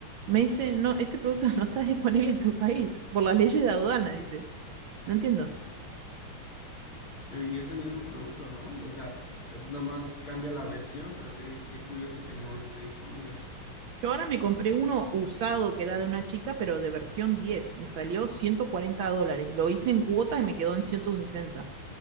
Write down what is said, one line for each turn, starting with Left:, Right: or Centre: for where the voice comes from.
Right: Me dice, no, este producto <laughs> no está disponible en tu país por las leyes de aduana, dice. No entiendo.
Left: Y ese mismo producto, ¿no? O sea, eh, nada más cambia la versión, pero qué, qué curioso que no lo esté disponible.
Right: Yo ahora me compré uno usado que era de una chica, pero de versión diez, Me salió 140 dólares. Lo hice en cuota y me quedó en ciento sesenta,